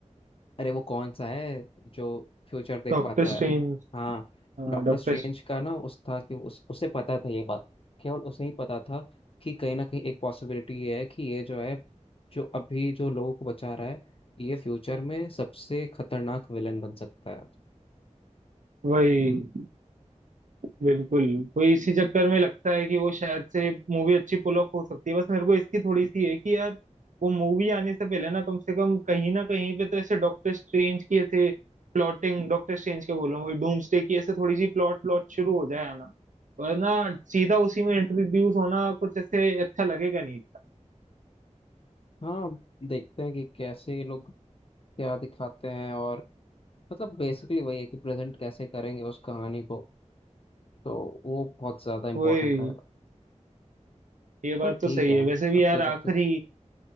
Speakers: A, on the left; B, on the right.
A: अरे वो कौन सा है जो फ्यूचर देख
B: Doctor
A: पाता
B: Strange
A: है हाँ
B: हाँ,
A: डॉक्टर
B: डॉक्टर
A: स्ट्रेंज का ना उस था कि उस उसे पता था ये बात केवल उसे ही पता था कि कहीं ना कहीं एक पॉसिबिलिटी ये है कि ये जो है जो अभी जो लोगों को बचा रहा है ये फ्यूचर में सबसे खतरनाक विलन बन सकता है
B: वही बिल्कुल वही इसी चक्कर में लगता है कि वो शायद से मूवी अच्छी पुल ऑफ हो सकती है बस मेरे को इसकी थोड़ी सी है कि यार वो मूवी आने से पहले ना कम से कम कहीं ना कहीं पे तो ऐसे डॉक्टर स्ट्रेंज की ऐसे प्लॉटिंग डॉक्टर स्ट्रेंज के बोल रहा हूँ वही डूम्सडे की ऐसे थोड़ी सी प्लॉट प्लॉट शुरू हो जाए आना वरना सीधा उसी में इंट्रोड्यूस होना कुछ ऐसे अच्छा लगेगा नहीं था
A: हाँ देखते हैं कि कैसे ये लोग क्या दिखाते हैं और मतलब बेसिकली वही है कि प्रेजेंट कैसे करेंगे उस कहानी को तो वो बहुत ज़्यादा इम्पोर्टेंट
B: वही
A: रहेगा
B: ये बात
A: पर
B: तो
A: ठीक
B: सही
A: है
B: है वैसे भी
A: अब
B: यार
A: तो जब
B: आखिरी
A: तक